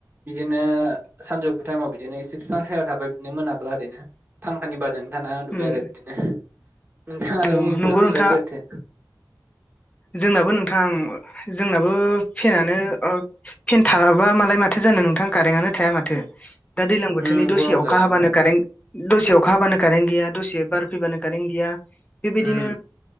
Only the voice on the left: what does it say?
उम
औ
नंगौ नोंथाङा
जोंनाबो नोंथां जोंनाबो फेनानो फेन थाबाबा मालाय मा माथो जानो नोंथां कारेन्टआनो थाया माथो दा दैज्लां बोथोरनि
दसे
अखा
हाबानो
कारेन्ट दसे अखा हाबानो कारेन्ट गैया दसे बारफैबानो कारेन्ट गोया। बेबायदिनो